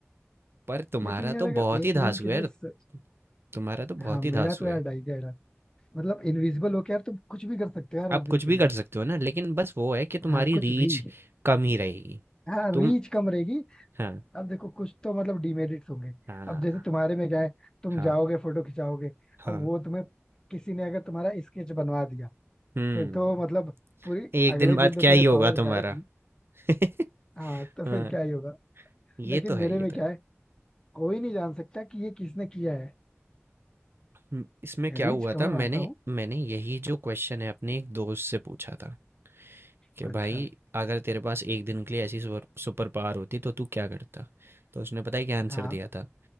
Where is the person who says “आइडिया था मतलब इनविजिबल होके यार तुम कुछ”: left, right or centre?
Left